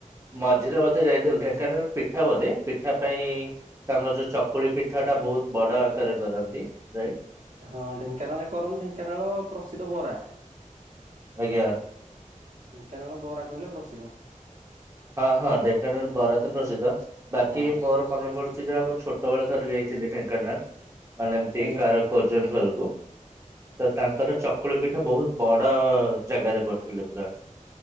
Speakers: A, on the right; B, on the right.
A: ମଝିରେ ବଧେ ଯାଇଥିଲୁ ଢେଙ୍କାନାଳ ପିଠା ବଧେ ପିଠା ପାଇଁ ତାଙ୍କର ଯୋଉ ଚକୁଳି ପିଠାଟା ବହୁତ୍ ବଡ଼ ଆକାରରେ କରନ୍ତି ରାଇଟ୍?
B: ହଁ ଢେଙ୍କାନାଳେ କରନ୍ତି ଢେଙ୍କାନାଳ ପ୍ରସିଦ୍ଧ ବରା।
A: ଆଜ୍ଞା।
B: ଢେଙ୍କାନାଳ ବରା କହିଲେ ପ୍ରସିଦ୍ଧ।
A: ହଁ ହଁ ଢେଙ୍କାନାଳ ବରା ତ ପ୍ରସିଦ୍ଧ ବାକି
B: ହଁ
A: ମୋର ମନେ ପଡ଼ୁଚି ଯାହା ମୁଁ ଛୋ ଛୋଟ ବେଳେ ଥରେ ଯାଇଥିଲି ଢେଙ୍କାନାଳ ମାନେ ଏମତି
B: ଆଜ୍ଞା।
A: କାହାର କଜନ ଘରୁକୁ ତ ତାଙ୍କର ଚକୁଳି ପିଠା ବହୁତ୍ ବ ଡ ଜାଗାରେ କରିଥିଲେ ପୁରା।